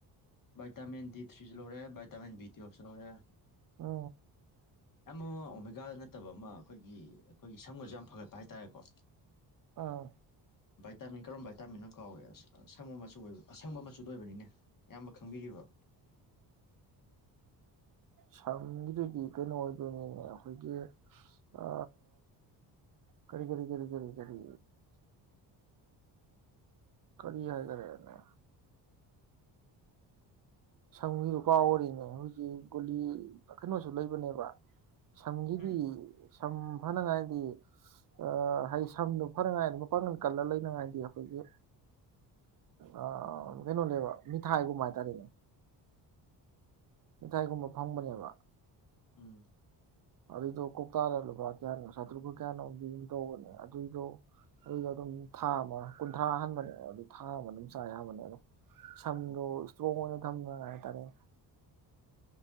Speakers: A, on the left; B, on the right.
A: ꯚꯇꯝꯤꯟ ꯗꯤ ꯊ꯭ꯔꯤꯁꯤ ꯂꯣꯏꯔꯦ ꯚꯇꯝꯤꯟ ꯕꯤ ꯑ ꯑꯁꯔꯅꯦ
B: ꯑ
A: ꯌꯥꯝ ꯑꯃ ꯑꯣꯃꯦꯒꯥ ꯅꯠꯇꯕ ꯑꯃ ꯑꯩꯈꯣꯏꯒꯤ ꯑꯩꯈꯣꯏꯒꯤ ꯁꯝꯒꯁꯨ ꯌꯥꯝ ꯐꯒꯠꯄ ꯍꯥꯏꯇꯥꯥꯔꯦꯀꯣ
B: ꯑꯥ
A: ꯚꯥꯏꯇꯥꯃꯤꯟ ꯀꯔꯝꯕ ꯚꯥꯏꯇꯥꯃꯤꯟꯅ ꯀꯥꯎꯔꯦ ꯑꯁ ꯑꯁꯪꯕ ꯃꯆꯨ ꯑꯣꯏ ꯑꯁꯪꯕ ꯃꯆꯨꯗꯣ ꯑꯣꯏꯕꯅꯤꯅꯦ ꯑꯌꯥꯝꯕ ꯈꯪꯕꯤꯔꯤꯕ
B: ꯁꯝꯒꯤꯗꯨꯗꯤ ꯀꯩꯅꯣ ꯑꯣꯏꯗꯣꯏꯅꯤꯅꯦ ꯑꯩꯈꯣꯏꯒꯤ ꯑ ꯀꯔꯤ ꯀꯔꯤ ꯀꯔꯤ ꯀꯔꯤ ꯀꯔꯤ ꯀꯔꯤ ꯍꯥꯏ ꯈꯔꯦꯅꯦ ꯁꯝꯒꯤꯗꯨ ꯀꯥꯎ ꯑꯣꯏꯔꯤꯅꯦ ꯍꯧꯖꯤꯣꯏꯛ ꯒꯨꯂꯤ ꯀꯩꯅꯣꯁꯨ ꯂꯩꯕꯅꯦꯕ ꯁꯝꯒꯤꯗꯤ
A: ꯎꯝ
B: ꯁꯝ ꯐꯅꯉꯥꯏꯗꯤ ꯑ ꯍꯥꯏꯗꯤ ꯁꯝꯗꯣ ꯐꯅꯉꯥꯏꯗꯤ ꯃꯄꯥꯡꯒꯜ ꯀꯜꯂ ꯂꯩꯅꯉꯥꯏꯗꯤ ꯑꯩꯈꯣꯏꯒꯤ ꯑ ꯀꯩꯅꯣꯅꯦꯕ ꯃꯤꯊꯥꯏꯒꯨꯝꯕ ꯍꯥꯏꯇꯥꯔꯦꯅꯦ ꯃꯊꯥꯏꯒꯨꯝꯕ ꯐꯪꯕꯅꯦꯕ
A: ꯎꯝ
B: ꯑꯗꯨꯏꯗꯣ ꯀꯧꯇꯥꯗ ꯂꯨꯄꯥ ꯀꯌꯥꯅꯣ ꯆꯥꯇ꯭ꯔꯨꯛ ꯀꯨ ꯀꯌꯥꯅꯣꯒꯤ ꯑꯗꯨꯝ ꯇꯧꯕꯅꯦ ꯑꯗꯨꯏꯗꯣ ꯑꯗꯨꯏꯗꯣ ꯑꯗꯨꯝ ꯊꯥ ꯑꯃ ꯀꯨꯟꯊ꯭ꯔꯥ ꯑꯍꯟꯕꯅꯦ ꯑꯗꯨ ꯊꯥ ꯑꯃ ꯑꯗꯨꯝ ꯆꯥ ꯌꯥꯝꯕꯅꯦ ꯑꯗꯨꯝ ꯁꯗꯣ
A: ꯑꯣ
B: ꯏꯁꯇ꯭ꯔꯣꯡꯅ ꯀꯝꯒꯥꯏꯇꯥꯔꯦ